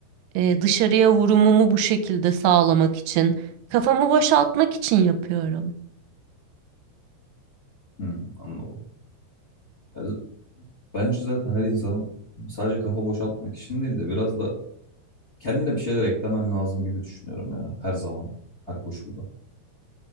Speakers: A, on the right; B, on the left.
A: ee, dışarıya vurumumu bu şekilde sağlamak için, kafamı boşaltmak için yapıyorum.
B: Hı, anladım. Ya z- bence zaten her insanın sadece kafa boşaltmak için değil de biraz da kendine bir şeyler eklemen lazım gibi düşünüyorum ya her zaman, her koşulda.